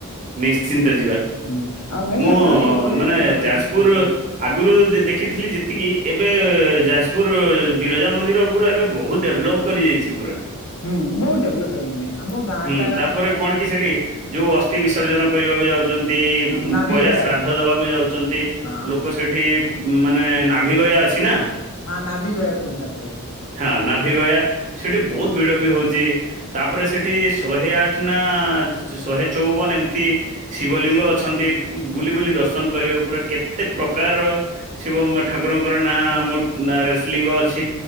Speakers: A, on the right (about 35°); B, on the left (about 75°).
A: ନିଶ୍ଚିନ୍ତ ଯିବା।
B: ହୁଁ ଆଉ ଭାଇ
A: ମୁଁ
B: ଆପଣ ଏପଟେ
A: ମାନେ
B: ନନ୍
A: ଯାଜପୁର
B: କୁହନ୍ତୁ
A: ଆଗରୁ ଯେ ଦେଖିଥିଲି ଯେତିକି ଏବେ ଯାଜପୁର ବିରଜା ମନ୍ଦିର ଉପୁର ଏବେ ବହୁତ ଡେଭଲପ୍ କରିଯାଇଛି ପୁରା।
B: ହୁଁ ବହୁତ ଡେଭଲପ <unintelligible>
A: ହୁଁ
B: ଟା
A: ତାପରେ
B: ଆମ
A: କଣ କି ସେଠି ଯୋଉ ଅସ୍ଥି ବିସର୍ଜନ କରିବାକୁ ଯାଉ ଛନ୍ତି,
B: ନାଭି
A: ପୟା
B: ଗୟା
A: ଶ୍ରାଦ୍ଧ ଦେବାକୁ ଯାଉଛନ୍ତି
B: ହଁ
A: ଲୋକ ସେଠି ମାନେ ନାଭି ଗୟା ଅଛି ନା।
B: ହଁ ନାଭି ଗୟା କିହନ୍ତି ତାକୁ ଭାଇ।
A: ହଁ ନାଭି ଗୟା ସେଠି ବହୁତ ଭିଡ ବି ହଉଛି ତାପରେ ସେଠି ଶହେ ଆଠ ନା ଶହେ ଚଉବନ ଏମତି ଶିବଲିଙ୍ଗ ଅଛନ୍ତି ବୁଲି ବୁଲି ଦର୍ଶନ କରିବା ପୁରା କେତେ ପ୍ରକାରର ଶିବ ମ ଠାକୁରଙ୍କର ନାଁ ଆମର ନାଁରେସ ଲିଙ୍ଗ ଅଛି।